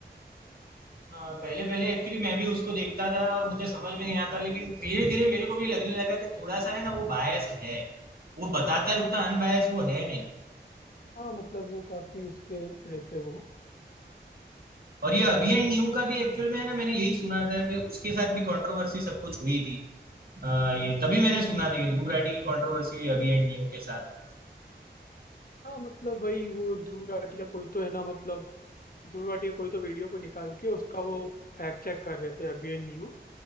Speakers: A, on the right; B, on the left.
A: वो पहले पहले एक्चुअली मैं भी उसको देखता था और मुझे समझ में नहीं आता लेकिन धीरे धीरे मेरे को भी लगने लगा कि थोड़ा सा है ना वो बायस्ड है वो बताता है उतना अनबायस्ड वो है नहीं
B: हाँ मतलब वो काफी उसके रहते हैं वो
A: और ये अभी एंड न्यू का भी एक्चुअल में है ना मैंने यही सुना था कि उसके साथ भी कंट्रोवर्सी सब कुछ हुई थी अ, ये तभी मैंने सुना था ये ध्रुव राठी की कंट्रोवर्सी हुई अभी एंड न्यू के साथ
B: हाँ मतलब वही वो ध्रुव राठी का कोई तो है ना मतलब ध्रुव राठी का कोई तो वीडियो को निकाल के उसका वो फैक्ट चेक कर रहे थे अभी एंड न्यू